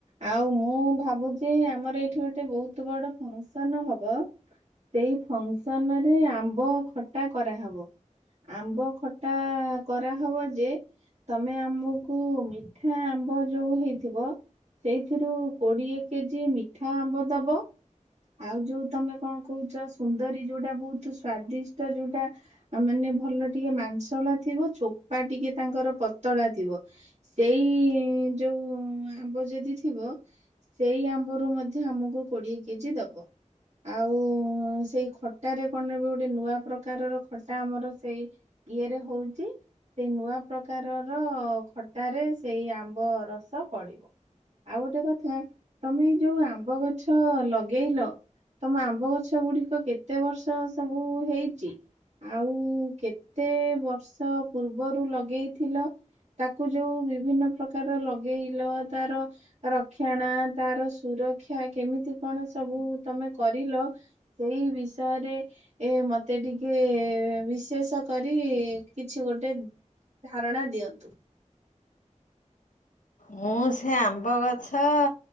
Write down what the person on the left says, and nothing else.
ମୁଁ ସେ ଆମ୍ବ ଗଛ